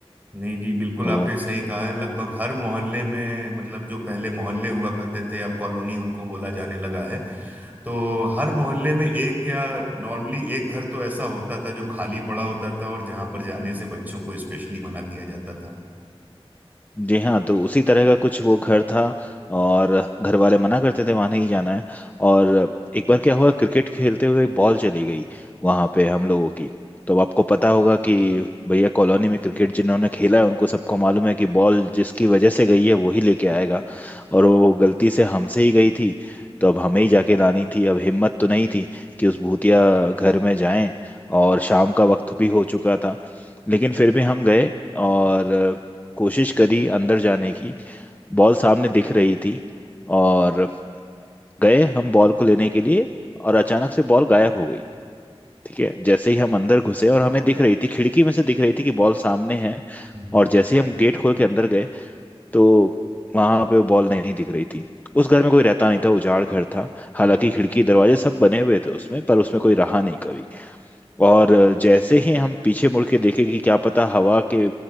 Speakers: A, on the right; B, on the left.
A: नहीं जी बिल्कुल
B: तो
A: आपने सही कहा है लगभग हर मोहल्ले में मतलब जो पहले मोहल्ले हुआ करते थे अब कॉलोनी उनको बोला जाने लगा है तो हर मोहल्ले में एक या नॉर्मली एक घर तो ऐसा होता था जो खाली पड़ा होता था और जहां पर जाने से बच्चों को स्पेशली मना किया जाता था
B: जी हाँ तो उसी तरह का कुछ वो घर था और घर वाले मना करते थे वहां नहीं जाना है और एक बार क्या हुआ क्रिकेट खेलते हुए एक बॉल चली गई वहां पे हम लोगों की तो अब आपको पता होगा कि भैया कॉलोनी में क्रिकेट जिन्होंने खेला है उनको सबको मालूम है कि बॉल जिसकी वजह से गई है वही लेके आएगा और वो गलती से हमसे ही गई थी तो अब हमें ही जाके लानी थी अब हिम्मत तो नहीं थी कि उस भूतिया घर में जाएं और शाम का वक्त भी हो चुका था लेकिन फिर भी हम गए और कोशिश करी अंदर जाने की बॉल सामने दिख रही थी और गए हम बॉल को लेने के लिए और अचानक से बॉल गायब हो गई ठीक है जैसे ही हम अंदर घुसे और हमें दिख रही थी खिड़की में से दिख रही थी कि बॉल सामने है
A: हम्म
B: और जैसे ही हम गेट खोल के अंदर गए तो वहां पे वो बॉल नहीं दिख रही थी उस घर में कोई रहता नहीं था उजाड़ घर था हालांकि
A: हम्म
B: खिड़की दरवाजे सब बने हुए थे उसमें पर उसमें कोई रहा नहीं कभी और जैसे ही हम पीछे मुड़ के देखें कि क्या पता हवा के